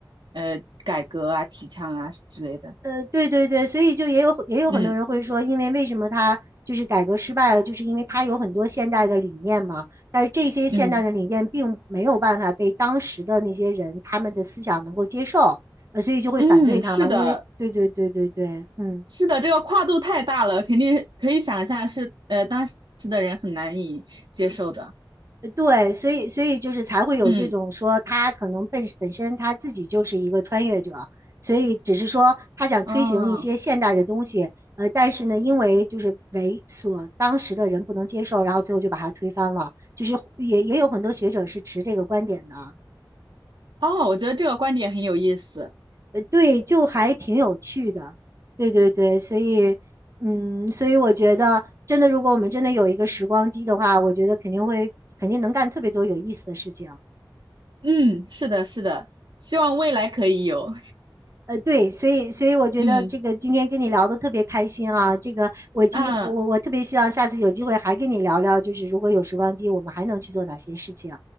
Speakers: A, on the right; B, on the right.
A: 呃改革啊、提倡啊之类的。
B: 呃，对对对，所以就也有也有很多人会说，
A: 嗯
B: 因为为什么他就是改革失败了，就是因为他有很多现代的理念嘛，但是这些现代的理念并没有办法被当时的那些人他们的思想能够接受，
A: 嗯
B: 呃，所以就会反对他嘛，
A: 嗯，是的。
B: 因为对对对对对，嗯。
A: 是的，这个跨度太大了，肯定可以想象是呃当时的人很难以接受的。
B: 对，所以所以就是才会有这种说他可能本本身他自己就是一个穿越者，
A: 嗯
B: 所以只是说他想推行一些现代的东西，
A: 嗯
B: 呃，但是呢，因为就是为所当时的人不能接受，然后最后就把它推翻了，就是也也有很多学者是持这个观点的，
A: 哦，我觉得这个观点很有意思。
B: 呃，对，就还挺有趣的，对对对，所以嗯，所以我觉得真的，如果我们真的有一个时光机的话，我觉得肯定会肯定能干特别多有意思的事情。
A: 嗯，是的，是的，希望未来可以有。
B: 呃，对，所以所以我觉得这个今天跟你聊的特别开心啊，
A: 嗯
B: 这个我今我我特别希望下次有机会还跟你聊聊，
A: 啊
B: 就是如果有时光机，我们还能去做哪些事情？